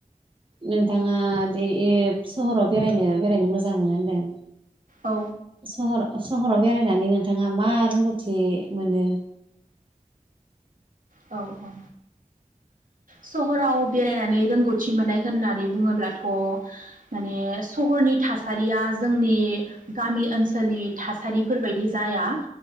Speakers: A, on the right; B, on the right.
A: नोंथाङा बे सहराव बेरायनो बेरायनो मोजां मोनो होनदों
B: औ
A: सहर सहराव बेराय नानै नोंथाङा मा रोंगौथि मोनो?
B: औ औ सहराव बेरायनानै रोंगौथि मोननाय होननानै बुङोब्लाथ' माने सहरनि थासारिया जोंनि गामि ओनसोलनि थासारिफोरबायदि जाया